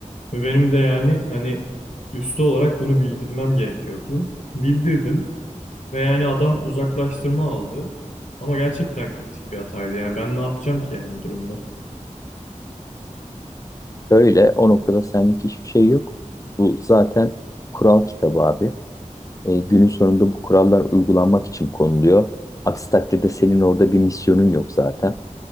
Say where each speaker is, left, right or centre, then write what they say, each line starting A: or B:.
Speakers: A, on the left; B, on the left.
A: Ve benim de yani hani üstü olarak bunu bildirmem gerekiyordu. Bildirdim ve yani adam uzaklaştırma aldı. Ama gerçekten kritik bir hataydı. Yani ben ne yapacağım ki yani bu durumda?
B: Öyle. O noktada senlik hiçbir şey yok. Bu zaten kural kitabı abi. E, günün sonunda bu kurallar uygulanmak için konuluyor. Aksi takdirde senin orada bir misyonun yok zaten.